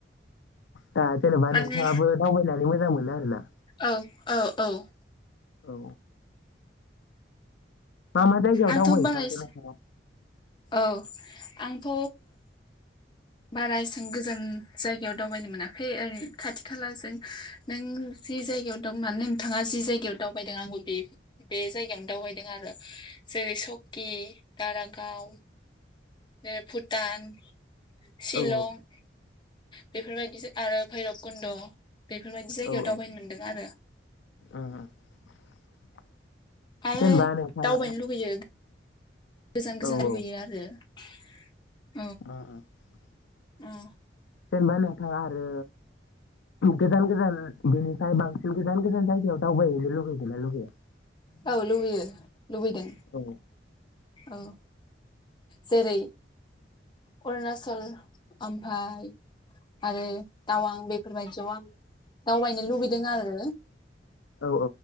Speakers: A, on the left (about 85°); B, on the left (about 25°).
A: दा जेनेबा
B: माने
A: नोंथाङाबो दावबायनानै मोजां मोनो <unintelligible>
B: औ औ औ।
A: औ। मा मा जायगायाव
B: आंथ'
A: दावबायहैखांखो
B: बारा एसे
A: नोंथांआ?
B: औ आंथ' बारा एसेबां गोजान जायगायाव दावबायनो मोनाखै ओरै खाथि खालाजों नों जि जायगायाव दं माने नोंथाङा जि जायगायाव दावबायदों आंबो बे बे जायगायावनो दावबायदों आरो जेरै सकि दारागाव। बे भुटान। शिलं
A: औ
B: बेफोर बायदि आरो भैरब कुन्द'। बेफोर बायदि जायगायाव
A: औ
B: दावबायनो
A: औ
B: मोन्दों आरो।
A: <unintelligible>
B: आरो
A: जेनेबा नोंथाङा
B: दावबायनो लुगैयो। गोजान गोजान
A: औ
B: लुगैयो
A: औ
B: आरो। <inaudible>
A: <unintelligible>
B: उम।
A: जेनबा नोंथां आरो गोजान गोजान बेनिफाय बांसिन गोजान गोजान जायगायाव दावबायहैनो लुगैगोना लुगैया?
B: औ लुगैयो। लुगैदों।
A: औ
B: औ जेरै अरुणाचल ओमफाय आरो टावां बेफोरबायदियाव आं दावबायनो लुबैदों आरो
A: औ